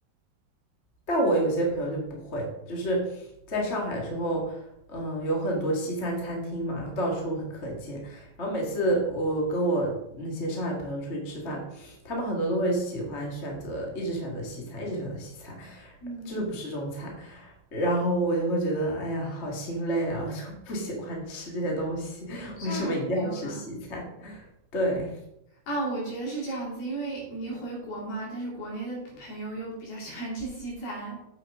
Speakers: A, on the left; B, on the left.
A: 但我有些朋友就不会，就是在上海的时候，嗯，有很多西餐餐厅嘛，然后到处很可见。然后每次我跟我那些上海朋友出去吃饭，他们很多都会喜欢选择，一直选择西餐，一直选择西餐，
B: 嗯，
A: 就是不吃中餐。然后我就会觉得，哎呀，好心累啊，我就不喜欢吃这些东西，
B: 上海朋友嘛，
A: 为什么一定要吃西餐？对，
B: 啊，我觉得是这样子，因为你回国嘛，但是国内的朋友又比较喜欢吃西餐，